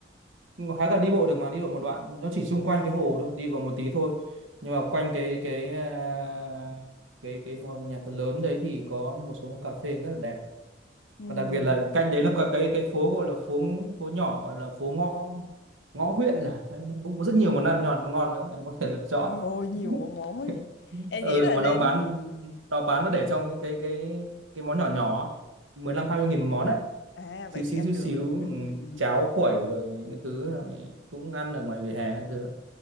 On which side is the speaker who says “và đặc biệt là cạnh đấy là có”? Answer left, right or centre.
Right